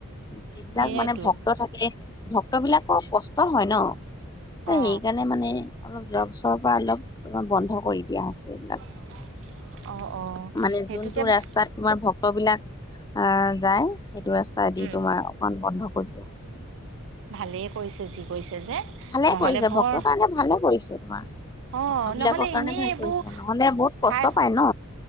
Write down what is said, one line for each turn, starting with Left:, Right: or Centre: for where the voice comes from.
Left: যিবিলাক
Right: সেয়াইতো
Left: মানে ভক্ত থাকে ভক্ত বিলাকৰ কষ্ট হয় ন সেইকাৰণে
Right: অ
Left: মানে অলপ যোৱা বছৰ অলপ অ', বন্ধ কৰি দিয়া হৈছে।
Right: <unintelligible>
Left: এইবিলাক।
Right: অ
Left: মানে
Right: সেইটোকে
Left: যোনটো
Right: ভা
Left: ৰাস্তাত তোমাৰ ভক্তবিলাক আহ যায় সেইটো ৰাস্তা দি
Right: উম
Left: তোমাৰ অকমান বন্ধ কৰি দিয়া হৈছে মান
Right: ভালেই কৰিছে যি কৰিছে যে
Left: ভালে
Right: নহলে
Left: কৰিছে
Right: বৰ
Left: ভক্ত কাৰণে ভালে কৰিছে তোমাৰ
Right: অ
Left: ভক্ত বিলাকৰ
Right: নহলে
Left: কাৰণে
Right: এনেই
Left: ভাল
Right: এইবোৰ
Left: কৰিছো নহলে বহুত কষ্ট
Right: হাই
Left: পাই ন।